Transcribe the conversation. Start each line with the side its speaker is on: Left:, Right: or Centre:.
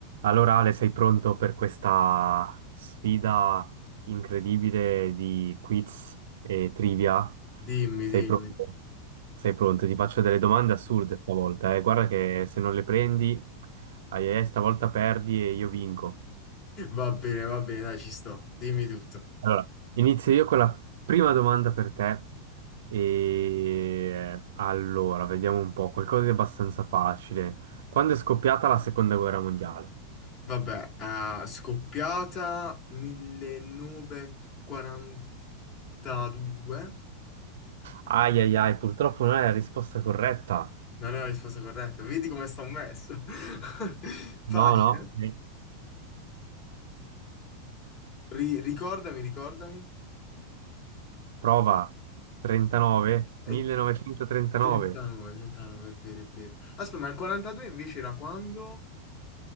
Right: Allora Ale, sei pronto per questa sfida incredibile di quiz e trivia?
Left: Dimmi,
Right: Sei
Left: dimmi.
Right: pronto? Sei pronto? Ti faccio delle domande assurde stavolta, eh. Guarda che se non le prendi, ai ai ai, stavolta perdi e io vinco.
Left: Va bene, va bene, dai, ci sto. Dimmi tutto.
Right: Allora, inizio io con la prima domanda per te. E allora, vediamo un po', qualcosa di abbastanza facile. Quando è scoppiata la seconda guerra mondiale?
Left: Vabbè, eh, scoppiata 1942.
Right: Ai ai ai, purtroppo non è la risposta corretta.
Left: Non è la risposta corretta. Vedi come sto messo. <laughs> Facile.
Right: No, no, eh,
Left: Ri- ricordami, ricordami.
Right: prova 39,
Left: È
Right: 1939,
Left: 39, 39, è vero, è vero. Aspetta, ma il 42 invece era quando?